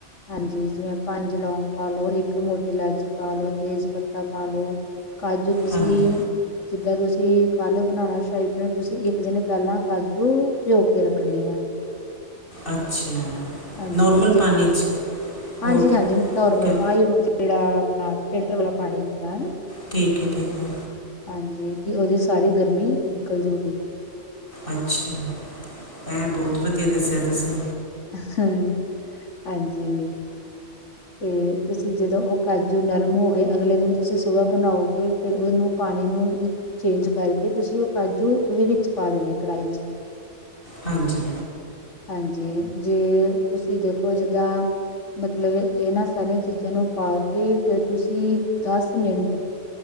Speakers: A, on the left; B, on the left.
A: ਹਾਂਜੀ ਜਿਵੇਂ ਪੰਜ ਲੌਂਗ ਪਾਲੋ ਇੱਕ ਮੋਟੀ ਇਲਾਚੀ ਪਾ ਲੋ ਤੇਜ਼ ਪੱਤਾ ਪਾ ਲਓ। ਕਾਜੂ ਤੁਸੀਂ
B: ਹਾਂਜੀ
A: ਜਿੱਦਾਂ ਤੁਸੀਂ ਕੱਲ੍ਹ ਬਣਾਉਣਾ ਸਾ਼ਹੀ ਪਨੀਰ ਤੁਸੀਂ ਇੱਕ ਦਿਨ ਪਹਿਲਾਂ ਕਾਜੂ ਭਿਓ ਕੇ ਰੱਖਣੇ ਆ।
B: ਅੱਛਾ
A: ਹਾਂਜੀ
B: ਨੋਰਮਲ
A: ਕਿ ਜੇ
B: ਪਾਣੀ 'ਚ ਹੋਟ
A: ਹਾਂਜੀ-ਹਾਂਜੀ ਨੋਰਮਲ।
B: ਕ-
A: ਜਿਹੜਾ ਆਪਣਾ ਫਿਲਟਰ ਵਾਲਾ ਪਾਣੀ ਹੁੰਦਾ ਹੈ ਨਾ।
B: ਠੀਕ ਹੈ ਠੀਕ ਹੈ।
A: ਹਾਂਜੀ, ਕਿ ਉਹਦੀ ਸਾਰੀ ਗਰਮੀ ਨਿਕਲ ਜਾਊਗੀ।
B: ਅੱਛਾ, ਇਹ ਬਹੁਤ ਵਧੀਆ ਦੱਸਿਆ ਤੁਸੀਂ।
A: ਹ ਹਾਂਜੀ। ਤੇ ਤੁਸੀਂ ਜਦੋਂ ਉਹ ਕਾਜੂ ਨਰਮ ਹੋ ਗਏ ਅਗਲੇ ਦਿਨ ਤੁਸੀਂ ਸੁਬਾਹ ਬਣਾਓਗੇ। ਫਿਰ ਉਹਨੂੰ ਪਾਣੀ ਨੂੰ ਚੇਂਜ ਕਰਕੇ ਤੁਸੀਂ ਉਹ ਕਾਜੂ ਉਹਦੇ ਵਿੱਚ ਪਾ ਦੇਣੇ ਕੜਾਹੀ ਚ।
B: ਹਾਂਜੀ
A: ਹਾਂਜੀ ਜੇ ਤੁਸੀਂ ਦੇਖੋ ਜਿੱਦਾਂ। ਮਤਲਬ ਇਹਨਾਂ ਸਾਰੀਆਂ ਚੀਜ਼ਾਂ ਨੂੰ ਪਾ ਕੇ ਫਿਰ ਤੁਸੀਂ ਦਸ ਮਿੰਟ।